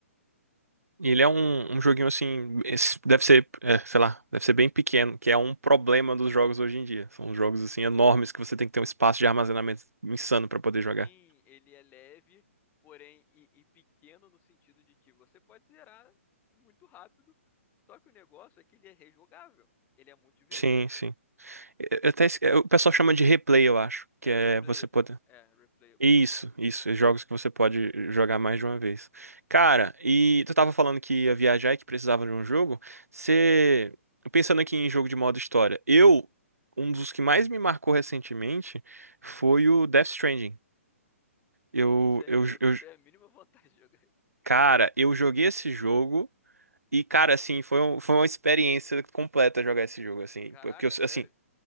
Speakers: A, on the right; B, on the left.
A: E ele é um, um joguinho assim, esse deve ser, é, sei lá, deve ser bem pequeno, que é um problema dos jogos hoje em dia. São jogos assim enormes que você tem que ter um espaço de armazenamento insano pra poder jogar.
B: Sim, ele é leve, porém, e, e pequeno no sentido de que você pode zerar muito rápido, só que o negócio é que ele é rejogável. Ele é muito divertido.
A: Sim, sim. Eu- eu até esque- o pessoal chama de replay, eu acho, que
B: É
A: é
B: replayable.
A: você poder.
B: É, replayable.
A: Isso, isso, é jogos que você pode jogar mais de uma vez. Cara, e tu tava falando que ia viajar e que precisava de um jogo. Você, pensando aqui em jogo de modo história, eu, um dos que mais me marcou recentemente foi o Death Stranding. Eu,
B: Hum, Sério,
A: eu,
B: eu não
A: eu,
B: tenho a mínima <laughs> vontade de jogar.
A: cara, eu joguei esse jogo e, cara, assim, foi, um- foi uma experiência completa jogar esse jogo, assim,
B: Caraca,
A: porque, eu-
B: sério?
A: assim,